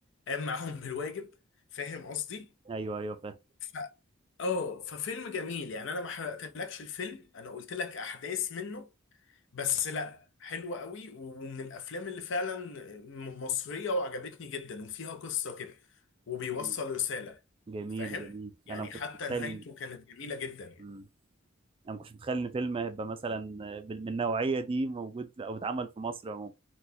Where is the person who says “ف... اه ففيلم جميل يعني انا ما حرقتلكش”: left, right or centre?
Left